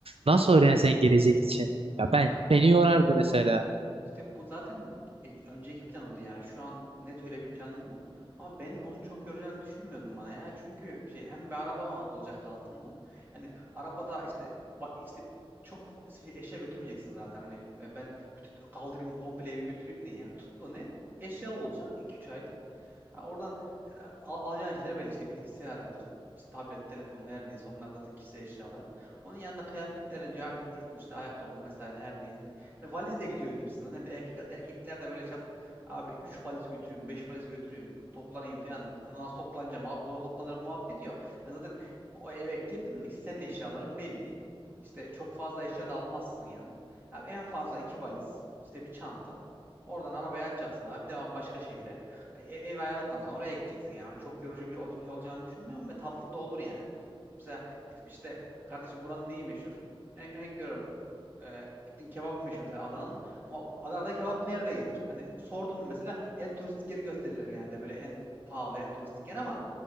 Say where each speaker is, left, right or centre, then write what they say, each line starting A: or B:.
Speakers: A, on the right; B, on the right.
A: Nasıl olur yani senin gelecek için? Ya
B: ya
A: ben beni yorardı mesela.
B: İşte bu zaten e, önceki planımdı yani şu an net öyle bir planım yok. Ama ben onun çok yoracağını düşünmüyordum bana ya. Çünkü şey hem bir araba olacak altında. Hani arabada işte va- işte çok fa- şey, eşya götürmeyeceksin zaten. Hani e, ben bütün kaldırayım komple evi götüreyim diye. Yani tuttuğun ev eşyalı olacak iki 3 aylık. Ha, oradan e, al- alacağın şeyler belli işte bilgisayarındır, işte tablet, telefonun her neyse onlar zaten kişisel eşyaların. Onun yanında kıyafetlerin, cartın, curtun işte ayakkabın vesaire her neyse. Hani valizle gidiyor gibisin. Zaten bir erkek erkekler de böyle çok abi 3 valiz götüreyim, 5 valiz götüreyim, toplanayım falan. Nasıl toplanacağım, al- zor toplanırım muhabbeti yok. Yani zaten o eve girdin mi senin eşyaların belli. İşte çok fazla eşya da almazsın yani. Abi en fazla iki valiz, işte bir çanta. Oradan arabaya açacaksın abi. Devam başka şehire. E- ev ayarladıktan sonra oraya gideceksin yani. Çok yorucu bir ol- şey olacağını düşünmüyorum ve tatlı da olur yani. Mesela gidip işte kardeşim buranın neyi meşhur? Örne- Örnek veriyorum. E, gittin kebabı meşhur mesela Adana'nın ama Adana'da kebap nerede yenir? Hani sordum mesela en turistik yeri gösterirler genelde böyle en pahalı en turistik yer ama